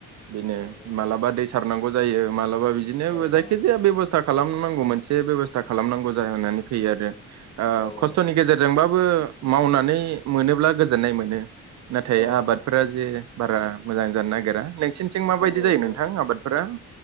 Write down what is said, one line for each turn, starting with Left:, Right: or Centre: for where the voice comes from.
Right: बेनो
Left: औ
Right: मालाबा दै सारनांगौ जायो मालाबा बिदिनो
Left: औ
Right: जायखिजाया बेबस्था खालामनां <unintelligible> एसे बेबस्था खालामनांगौ जाना होननानै फैयो आरो। ओ
Left: औ
Right: खस्थनि
Left: औ
Right: गेजेरजोंबाबो मावनानै मोनोब्ला गोजोननाय मोनो। नाथाय
Left: औ
Right: आबादफोरा जे बारा मोजां जानो नागिरा। नोंसिनिथिं माबायदि
Left: औ औ
Right: जायो
Left: बेयाव
Right: नोंथां आबादफोरा